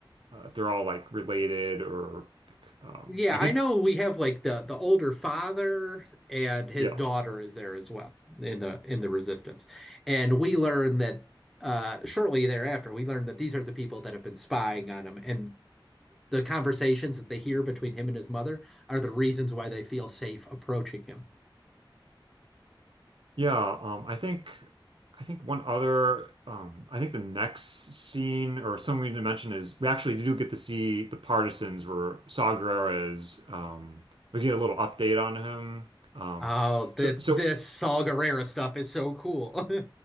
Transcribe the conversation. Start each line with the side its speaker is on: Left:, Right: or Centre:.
Right: uh, if they're all like related or like, um,
Centre: Yeah,
Right: I
Centre: I
Right: think
Centre: know we have like the the older father and his
Right: yeah.
Centre: daughter is there as well in the in the resistance. And we learn that uh shortly thereafter we learn that these are the people that have been spying on him and the conversations that they hear between him and his mother are the reasons why they feel safe approaching him.
Right: Yeah, um, I think I think one other um, I think the next scene or something we need to mention is we actually do get to see the partisans where Saw Gerrera is. Um, we get a little update on him. Um,
Centre: Oh, the
Right: so so
Centre: this Saw Gerrera stuff is so cool.